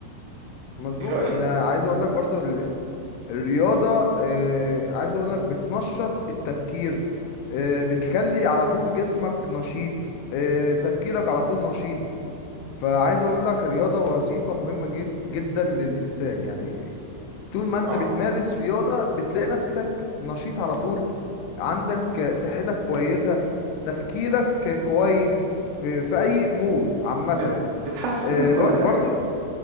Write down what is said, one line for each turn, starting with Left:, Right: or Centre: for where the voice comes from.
Left: مظبوط
Right: إيه رأيك؟
Left: إن عايز أقول لك برضو ال- الرياضة آه عايز أقول لك بتنشط التفكير آه بتخلي على طول جسمك نشيط آه تفكيرك على طول نشيط فعايز اقول لك الرياضة وظيفة مهمة جس- جدا للانسان يعني طول ما انت
Right: آه،
Left: بتمارس رياضة بتلاقي نفسك نشيط على طول عندك صحتك كويسة تفكيرك كويس في في اي امور عامة
Right: بت بتحسّن
Left: آه،
Right: من كل
Left: بر-
Right: حاجة،
Left: برضو